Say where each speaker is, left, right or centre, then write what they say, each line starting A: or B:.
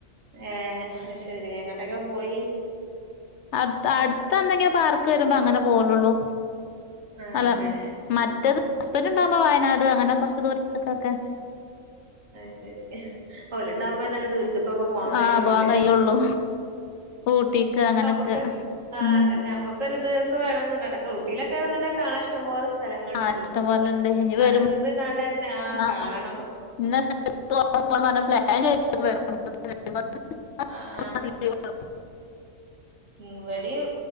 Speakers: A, on the right (about 80°); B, on the left (about 65°).
A: ഏഹ് അത്ശെരി എങ്ങട്ടക്കാ പോയി
B: അട്ത്ത് അട്ത്തെന്തെങ്കിലും പാർക്ക് വരുമ്പൊ അങ്ങനെ പോവലൊള്ളൂ
A: ആഹ്
B: അല്ല
A: അങ്ങനെ
B: മറ്റത് ഹസ്ബന്റ്ണ്ടാവുമ്പൊ വയനാട് അങ്ങനെ കൊറച്ച് ദൂരത്ത്ക്കൊക്കെ
A: അത്ശെരി ഓല്ണ്ടാവുമ്പെന്നല്ലേ ദൂരത്ത്ക്കൊക്കെ പോവാൻ കയുള്ളൂല്ലേ
B: ആഹ് പോവാൻ കഴിയുള്ളൂ ഊട്ടിക്ക് അങ്ങനൊക്കെ
A: നമ്മക്ക് ആഹ്
B: ഉം
A: അതന്നെ നമ്മക്ക് ഒരു ദിവസ വേണന്ന്ണ്ട് ഇടെ ഊട്ടയിലൊക്ക വണന്ന്ണ്ട കാണൻ ഇഷ്ടം പോലെ സ്ഥലങ്ങളുണ്ടല്ലോ
B: ആഹ് ഇഷ്ടം പോലെണ്ട് ഇനി
A: അവിടെ
B: വരും
A: നിന്നും കാണ്ടുതന്നെ ആ
B: ആഹ്
A: കാണണം
B: ഇന്ന സ്ഥലത്ത് കെണ്ടോവണം പറഞ്ഞ് <unintelligible>
A: ആഹ്
B: പ്ലാൻ ചെയ്ത <unintelligible>
A: ഇവിടയും